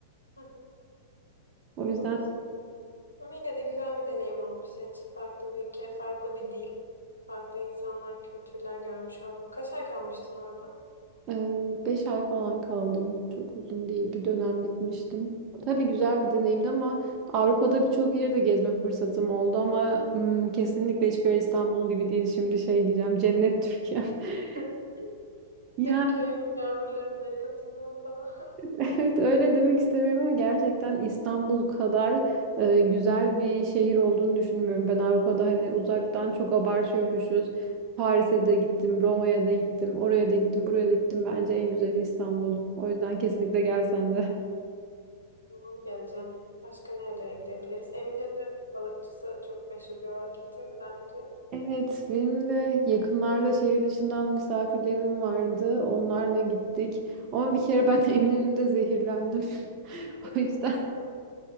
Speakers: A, on the left; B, on the right.
A: <laughs>
B: O yüzden
A: Çok güzel. Ama yine de güzel bir deneyim olmuş senin için. Farklı bir ülke, farklı bir dil, farklı insanlar, kültürler görmüş oldun. Kaç ay kalmıştın orada?
B: Ee, Beş ay falan kaldım. Çok uzun değil. Bir dönem gitmiştim. Tabii güzel bir deneyimdi ama Avrupa'da birçok yerde gezme fırsatım oldu ama hmm, kesinlikle hiçbir yer İstanbul gibi değil. Şimdi şey diyeceğim, cennet Türkiye. <laughs>
A: <laughs>
B: Yani
A: Beni köyümün yağmurlarında yıkatırlar falan. <laughs>
B: evet öyle demek istemiyorum ama gerçekten İstanbul kadar e, güzel bir şehir olduğunu düşünmüyorum. Ben Avrupa'da hani uzaktan çok abartıyormuşuz. Paris'e de gittim, Roma'ya da gittim, oraya da gittim, buraya da gittim. Bence en güzeli İstanbul. O yüzden kesinlikle gelsen de.
A: Tamam geleceğim. Başka nerelere gidebiliriz? Eminönü balıkçısı çok meşhur diyorlar. Gittin mi daha önce?
B: Evet, benim de yakınlarda şehir dışından misafirlerim vardı. Onlarla gittik. Ama bir kere ben <laughs> Eminönü'nde zehirlendim. <laughs>
A: Gittiniz
B: O yüzden
A: mi?